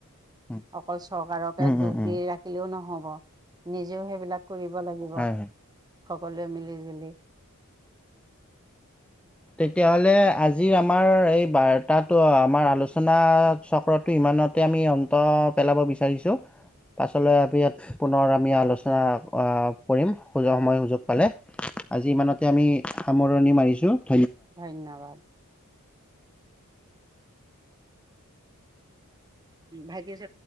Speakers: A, in the centre; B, on the right.
A: উম
B: অকল চৰকাৰকে
A: উম
B: দুখ
A: উম উম
B: দি ৰাখি নহব নিজেও সেইবিলাক কৰিব লাগিব
A: হয় হয়
B: সকলোৱে মিলি জুলি
A: তেতিয়াহ'লে আজিৰ আমাৰ এই বাৰ্তাটো আমাৰ আলোচনা চক্ৰটো ইমানতে আমি অন্ত পেলাব বিচাৰিছো পাছলৈ আমি ইয়াত পুনৰ আমি আলোচনা কৰিম সময় সুযোগ পালে আজি ইমানতে আমি সামৰণি মাৰিছোঁ
B: ধন্যবাদ উ ভাইটি চ